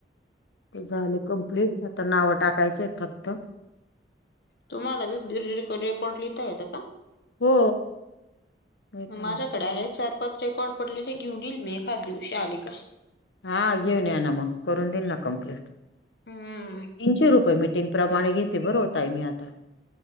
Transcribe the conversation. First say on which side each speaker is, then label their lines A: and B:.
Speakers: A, on the left; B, on the left.
A: ते झाले कंप्लिट आता नाव टाकायचे आहेत फक्त
B: तुम्हाला बी रेकॉर्ट लिहिता येत का
A: हो येत ना
B: माझ्याकडे आहे चार पाच रेकॉर्ड पडलेले घेऊन येईल मी एखाद दिवशी आली का
A: हा घेऊन या ना मग करून देईल ना कंप्लिट तीनशे
B: हम्म
A: रुपये मी टिंग प्रमाणे घेते बरं होत आहे मी आता